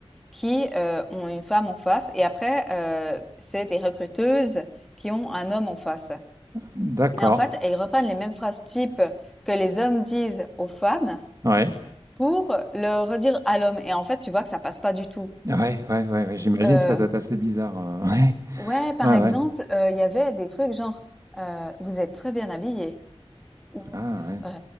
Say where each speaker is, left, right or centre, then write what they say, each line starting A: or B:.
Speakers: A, in the centre; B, on the right (about 35°).
A: qui euh, ont une femme en face et après, euh, c'est des recruteuses qui ont un homme en face.
B: d'accord.
A: Et en fait, elles reprennent les mêmes phrases type que les hommes disent aux femmes
B: Ouais.
A: pour le redire à l'homme. Et en fait, tu vois que ça passe pas du tout.
B: Ouais, ouais, ouais, ouais, j'imagine
A: Euh,
B: que ça doit être assez bizarre, heu, <laughs> ouais.
A: ouais, par
B: Ouais,
A: exemple,
B: ouais.
A: euh, il y avait des trucs genre euh, vous êtes très bien habillé. Ou,
B: Ah ouais.
A: heu,